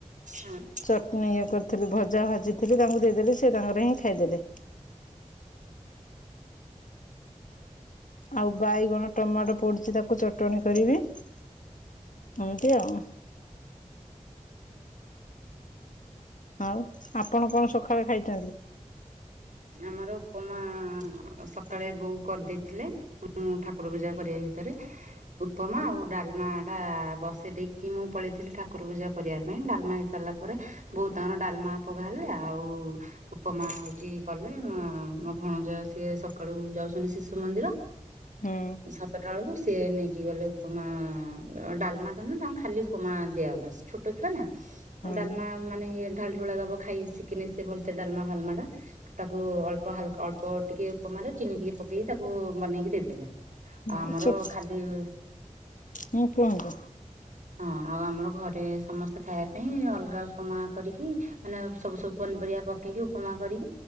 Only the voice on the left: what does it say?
ଚଟନି ଥିଲ ଭଜା ଭାଜିଥିଲି ତାଙ୍କୁ ଦେଇଦେଲି ସେ ତାଙ୍କର ହିଁ ଖାଇଦେଲେ। ଆଉ ବାଇଗଣ ଟମାଟୋ ପଡ଼ିୁଛି ତାକୁ ଚଟଣି କରିବି। ଏମତି ଆଉ। ଆଉ ଆପଣ କଣ ସକାଳେ ଖାଇଛନ୍ତି?
ହୁଁ
ହୁଁ
ହୁଁ
ଚୁପ୍
ହୁଁ କୁହନ୍ତୁ